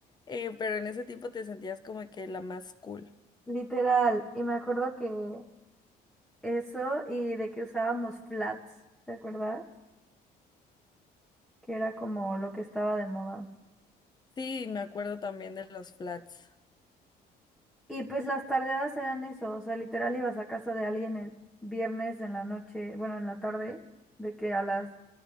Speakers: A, on the left; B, in the centre.
A: Eh, pero en ese tiempo te sentías como que la más cool.
B: Literal. Y me acuerdo que eso y de que usábamos flats, ¿te acuerdas? Que era como lo que estaba de moda.
A: Sí, me acuerdo también de los flats.
B: Y pues las tardeadas eran eso, o sea, literal ibas a casa de alguien el viernes en la noche, bueno, en la tarde, de que a las